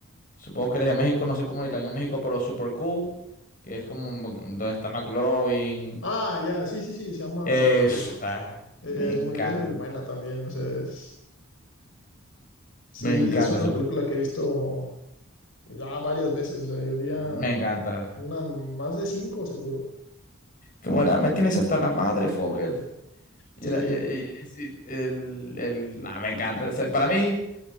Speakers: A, on the left (about 40°); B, on the left (about 65°).
A: Supongo que eres de México, no sé cómo le irán en México, pero Super Cool, que es como donde está McLovin.
B: Ah, ya, sí, sí, sí, se llama
A: Esa,
B: Super Cool. E-
A: me
B: Es
A: encanta,
B: muy, es muy buena también, o sea, es- sí,
A: me encanta
B: es una
A: Super
B: película que he visto ya varias veces, o sea, yo diría
A: Cool, me encanta.
B: una, más de cinco seguro.
A: ¿Cómo era? Me tienes hasta la madre, Fogel. Y
B: Sí,
A: era, y- y- y sí, el, el, ah, me encanta. O sea, para mí,